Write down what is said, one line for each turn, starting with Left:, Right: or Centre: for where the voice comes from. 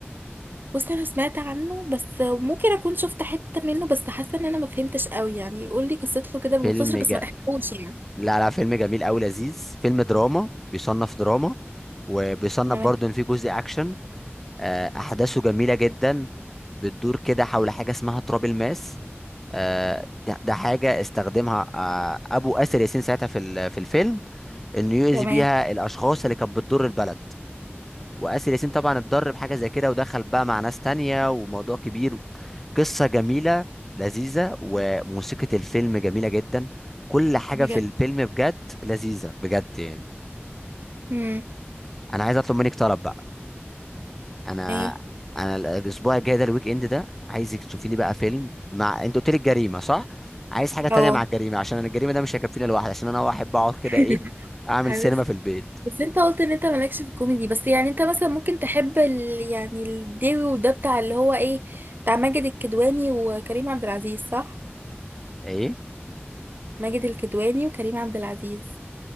Right: بص انا سمعت عنه بس ممكن اكون شفت حته منه بس حاسه ان انا ما فهمتش قوي يعني قول لي قصته كده بالمختصر
Centre: فيلم جا
Right: بس ما تحكوش يعني
Centre: لا لا فيلم جميل قوي لذيذ فيلم دراما بيصنف دراما وبيصنف
Right: تمام
Centre: برضه ان في جزء اكشن آه، احداثه جميله جدا بتدور كده حول حاجه اسمها تراب الماس آه، ده ده حاجه استخدمها آه، ابو اسر ياسين ساعتها في ال- في الفيلم انه يؤذي
Right: تمام
Centre: بيها الاشخاص اللي كانت بتضر البلد واسر ياسين طبعا اتضر بحاجه زي كده ودخل بقى مع ناس تانية وموضوع كبير قصة جميلة لذيذة وموسيقى الفيلم جميلة جدا كل حاجة
Right: بجد
Centre: في الفيلم بجد لذيذة بجد يعني
Right: امم
Centre: أنا عايز أطلب منك طلب بقى أنا
Right: ايه
Centre: أنا الأسبوع الجاي ده الويك إند ده عايزك تشوفي لي بقى فيلم مع أنت قلت لي الجريمة صح؟ عايز حاجة تانية
Right: اه
Centre: مع الجريمة عشان أنا الجريمة ده مش هيكفيني لوحدي عشان أنا أحب أقعد كده
Right: <laughs>
Centre: إيه أعمل
Right: عارف
Centre: سينما في البيت
Right: بس انت قلت ان انت مالكش في الكوميدي بس يعني انت مثلا ممكن تحب ال... يعني الديوي وده بتاع اللي هو ايه بتاع ماجد الكدواني وكريم عبد العزيز صح
Centre: إيه؟
Right: ماجد الكدواني وكريم عبد العزيز